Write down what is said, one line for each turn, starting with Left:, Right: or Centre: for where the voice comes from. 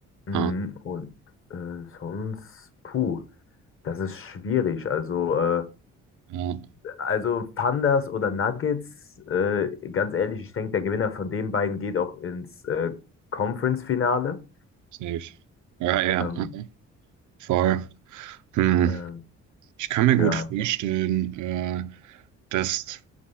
Left: mm,
Right: Ah,
Left: und äh, sonst, puh, das ist schwierig. Also, äh,
Right: ja,
Left: also Pandas oder Nuggets, äh, ganz ehrlich, ich denke, der Gewinner von den beiden geht auch ins äh, Conference-Finale.
Right: safe. Ja, ja,
Left: Ähm,
Right: mhm. voll. Hm.
Left: ähm,
Right: Ich kann mir gut
Left: ja,
Right: vorstellen, äh, dass